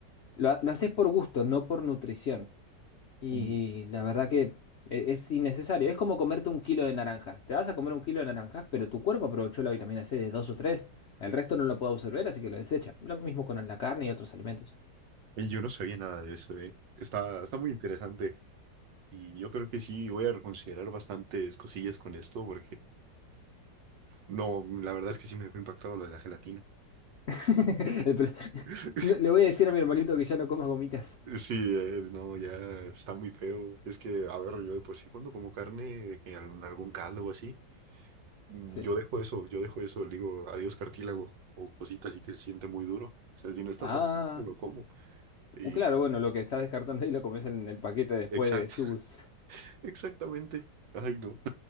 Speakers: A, on the left; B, on the right.
A: lo, ha- lo haces por gusto, no por nutrición. Y
B: ujú. Mm.
A: la verdad que e- es innecesario. Es como comerte un kilo de naranjas. Te vas a comer un kilo de naranjas, pero tu cuerpo aprovechó la vitamina C de dos o tres. El resto no lo puede absorber, así que lo desecha. Lo mismo con la carne y otros alimentos.
B: Oye, Yo no sabía nada de eso, eh. Está, está muy interesante y yo creo que sí voy a reconsiderar bastantes cosillas con esto porque no, la verdad es que sí me dejó impactado lo de la gelatina.
A: <laughs> El pro- <laughs>
B: <laughs>
A: No, Le voy a decir a mi hermanito que ya no coma gomitas.
B: Sí, eh, no, ya está muy feo. Es que, a ver, yo de por sí cuando como carne, que en algún caldo o así, Mm,
A: Sí.
B: Yo dejo eso, yo dejo eso, le digo adiós cartílago o cositas así que se siente muy duro. O sea, si no está
A: Ah,
B: suavecito, no lo como. Y
A: uh, claro, bueno, lo que estás descartando ahí lo comes en el paquete después
B: exacto,
A: de sus.
B: <laughs> exactamente. Ay, no, <laughs>